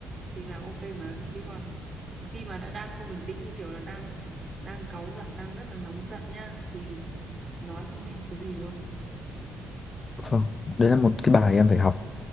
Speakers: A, on the right; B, on the left.
A: thì là ok mà chứ còn khi mà đã đang không bình tĩnh như kiểu là đang đang cáu giận đang rất là nóng giận nha thì nói không nghe một cái gì luôn
B: Vâng, Đấy là một cái bài em phải học